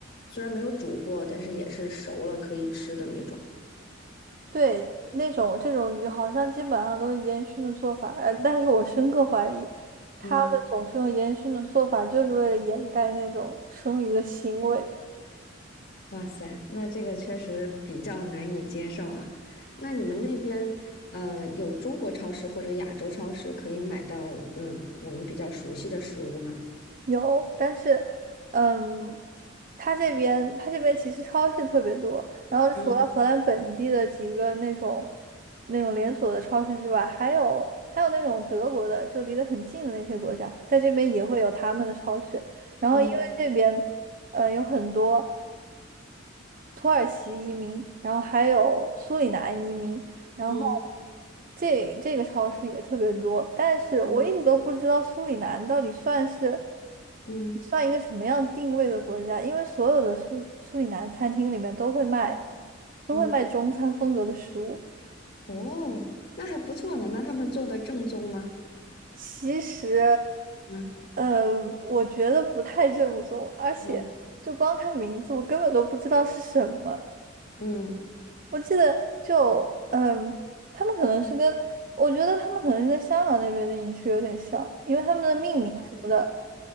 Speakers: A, on the left; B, on the right.
A: 虽然没有煮过，但是也是熟了可以吃的那种，
B: 对，那种这种鱼好像基本上都是烟熏的做法，呃，但是我深刻怀疑，他们总是用烟熏的做法，
A: 嗯。
B: 就是为了掩盖那种生鱼的腥味。
A: 哇塞，那这个确实比较难以接受啊。那你们那边，呃，有中国超市或者亚洲超市可以买到，嗯，我们比较熟悉的食物吗？
B: 有，但是，嗯，他这边他这边其实超市特别多，然后除了荷兰本地的几个那种
A: 嗯
B: 那种连锁的超市之外，还有还有那种德国的，就离得很近的那些国家，在这边也会有他们的超市。然后因为这边，
A: 嗯
B: 呃，有很多。土耳其移民，然后还有苏里南移民，然后
A: 嗯
B: 这这个超市也特别多，但是我一直都不知道苏里南到底算是
A: 嗯嗯
B: 算一个什么样定位的国家，因为所有的苏苏里南餐厅里面都会卖
A: 嗯
B: 都会卖中餐风格的食物，
A: 嗯哦，那还不错呢。那他们做的正宗吗？
B: 其实
A: 嗯
B: 呃，我觉得不太正宗，而且就光看名字，
A: 嗯，
B: 我根本都不知道是什么。
A: 嗯
B: 我记得就嗯，他们可能是跟我觉得他们可能是跟香港那边的饮食有点像，因为他们的命名什么的，
A: 嗯